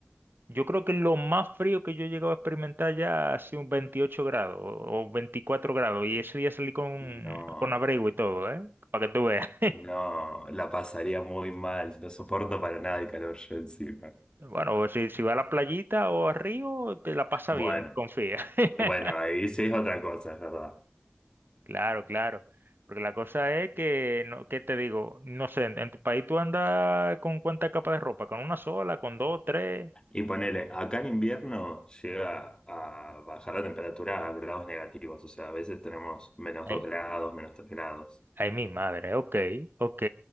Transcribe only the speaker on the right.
Yo creo que lo más frío que yo he llegado a experimentar ya ha sido un 28 grados o o 24 grados y ese día salí con,
con abrigo y todo, ¿eh? Para que tú veas. <laughs>
Bueno, si, si va a la playita o a río, te la pasa
bien, confía. <laughs>
Claro, claro. Porque la cosa es que, no, ¿qué te digo? No sé, en, en tu país tú andas con cuánta capa de ropa, con una sola, con dos, tres.
Ay,
ay, mi madre, ok, ok.